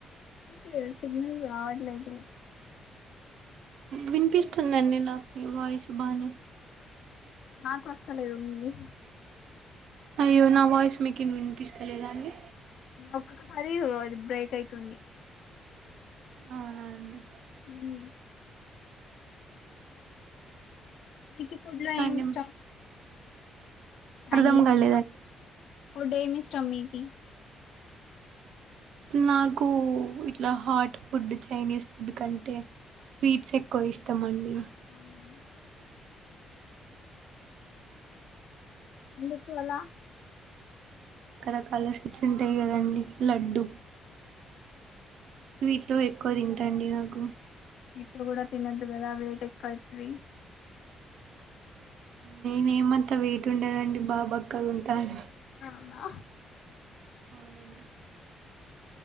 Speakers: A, on the left; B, on the right.
A: లేదు సిగ్నల్ రావట్లేదు
B: వినిపిస్తుందండి నాకు మీ వాయిసు బానే
A: నాకు వస్తలేదు మీది
B: అయ్యో నా వాయిస్ మీకిన్ వినిపిస్తలేదా అండి
A: ఒక్కొక్కసారి అది బ్రేక్ అయితుంది
B: అవునా అండి
A: ఉమ్ మీకు ఫుడ్
B: ఇంకా
A: లో ఏమి
B: అండి
A: ఇష్టం చైనీస్
B: అర్థం కాలేదండి
A: ఫుడ్ ఏమి ఇస్తాం మీకు
B: నాకు ఇట్లా హాట్ ఫుడ్ చైనీస్ ఫుడ్ కంటే స్వీట్స్ ఎక్కువ ఇష్టం అండి
A: అవునా ఎందుకు పోల
B: రకరకాల స్వీట్స్ ఉంటాయి కదండి లడ్డుూ స్వీట్లో ఎక్కువ తింటా అండి నాకు
A: స్వీట్లు కూడా తినద్దు కదా వేట్ ఎక్కువ అయ్ తది
B: నేనే ఏమంతా వెయిట్ ఉండనండి బాబక్క గ ఉంటా ను
A: అవునా
B: అవునండి.